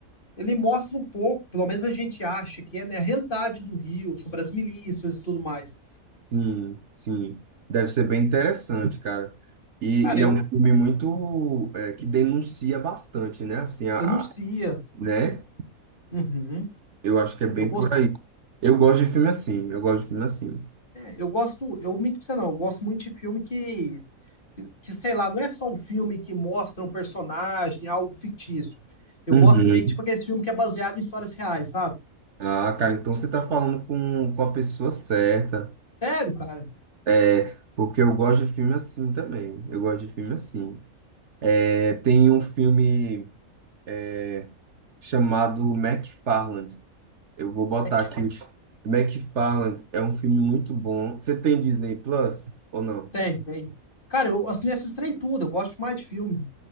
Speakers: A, on the left; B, on the right.
A: ele mostra um pouco, pelo menos a gente acha que é, né, a realidade do Rio, sobre as milícias e tudo mais.
B: Sim, sim. Deve ser bem interessante, cara. E,
A: Cara,
B: e
A: eu
B: é um filme muito. é, que denuncia bastante, né? Assim, a,
A: denuncia.
B: a- né?
A: Uhum.
B: Eu acho que é bem
A: Eu gosto,
B: por aí. Eu gosto de filme assim. Eu gosto de filme assim.
A: eu gosto, eu minto pra você não, eu gosto muito de filme que, que, que, sei lá, não é só um filme que mostra um personagem, algo fictício. Eu
B: Uhum.
A: gosto também, tipo, aquele filme que é baseado em histórias reais, sabe?
B: Ah, cara, então você tá falando com, com a pessoa certa.
A: Sério, cara?
B: É, porque eu gosto de filme assim também. Eu gosto de filme assim. É, tem um filme é, chamado McFarland. Eu vou botar
A: É que
B: aqui. McFarland é um filme muito bom. Você tem Disney Plus ou não?
A: tem, tem. Cara, eu assinei essas três tudo. Eu gosto mais de filme.